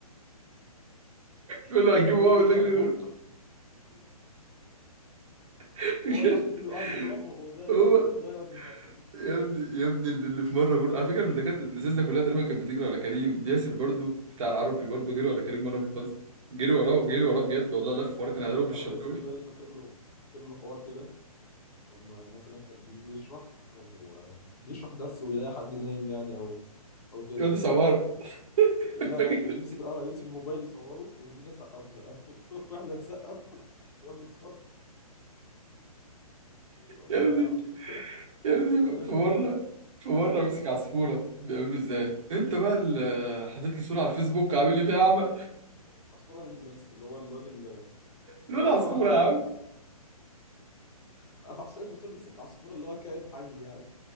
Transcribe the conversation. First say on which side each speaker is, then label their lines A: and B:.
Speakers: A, on the left (about 80°); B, on the right (about 55°).
A: <laughs>
B: بيقول له هتجيبه
A: كان
B: هو
A: ده
B: من
A: كان
B: داخل يضرب.
A: بق
B: <laughs>
A: هو تحت ايده قاعد يضربه وده
B: هو
A: وده <laughs> يقعد يهري
B: يا ابني يا ابني اللي في مره برضه على فكره اللي كانت اللي ده كلها تقريبا كانت بتجري ورا كريم ياسر برضه بتاع العربي برضه جري ورا كريم مره في الفصل جري وراه جري وراه بجد والله لف وراه كان هيضرب بالشلوت
A: اهو ياسر ده اللي فاكر له فاكر له حوار كده لما مثلا كان بيجي يشرح او بيشرح درس ويلاقي حد نايم يعني او
B: <laughs>
A: او كده
B: يا دي سماره <laughs>
A: لا
B: فاكر
A: لا يمسك اه يمسك الموبايل يصوره ويقول لنا سقفوا سقفوا <laughs> واحنا نسقف الواد اتخض الله
B: يا ابني
A: يا عم
B: يا ابني
A: كانت ايام
B: في مرة
A: رايقه
B: في مرة مسك عصفورة بيقابله ازاي انت بقى اللي حاطط لي صورة على الفيسبوك عامل لي فيها اعمى
A: عصفوره مين بس اللي هو الواد اللي
B: لون
A: اه
B: عصفورة يا عم
A: <laughs> انا حاسسك بتقول مسك عصفوره اللي هو كائن حي يعني